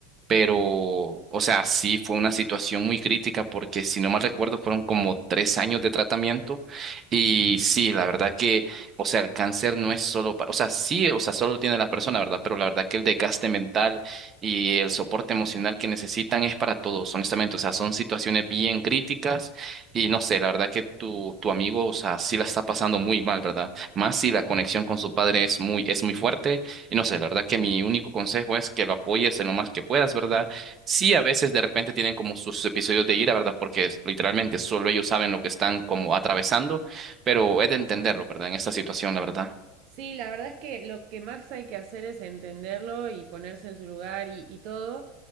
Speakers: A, on the right; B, on the right.
A: pero, o sea, sí fue una situación muy crítica porque, si no mal recuerdo, fueron como tres años de tratamiento. Y sí, la verdad que, o sea, el cáncer no es solo, pa- o sea, sí, o sea, solo tiene la persona, ¿verdad? Pero la verdad que el desgaste mental y el soporte emocional que necesitan es para todos, honestamente. O sea, son situaciones bien críticas y no sé, la verdad que tu, tu amigo, o sea, sí la está pasando muy mal, ¿verdad? Más si la conexión con su padre es muy, es muy fuerte y no sé, la verdad que mi único consejo es que lo apoyes en lo más que puedas, ¿verdad? Sí, a veces de repente tienen como sus episodios de ira, ¿verdad? Porque es- literalmente solo ellos saben lo que están como atravesando, pero es de entenderlo, ¿verdad? En esta situación, la verdad.
B: Sí, la verdad es que lo que más hay que hacer es entenderlo y ponerse en su lugar y, y todo.